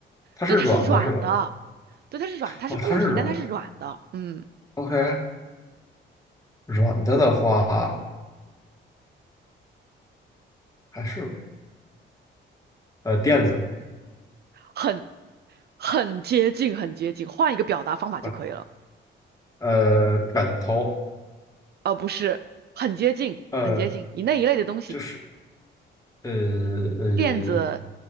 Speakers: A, on the left; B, on the right.
A: 它是软的是吧？
B: 对，它是软的，对，它是软，它是固体，
A: 哦，它是软的
B: 但它是软的。嗯，
A: ，OK，软的的话还是呃垫子，
B: 很很接近，很接近，换一个表达方法就可以了。
A: 呃，呃枕头，
B: 呃，不是，很接近，
A: 呃，
B: 很接近，以那一类的东西。
A: 就是呃呃
B: 垫子